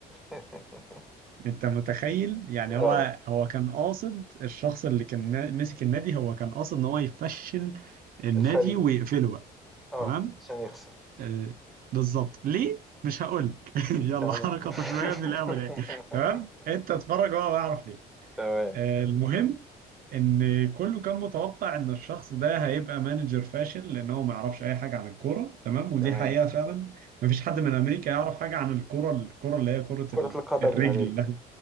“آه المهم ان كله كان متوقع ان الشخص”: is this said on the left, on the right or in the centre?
Right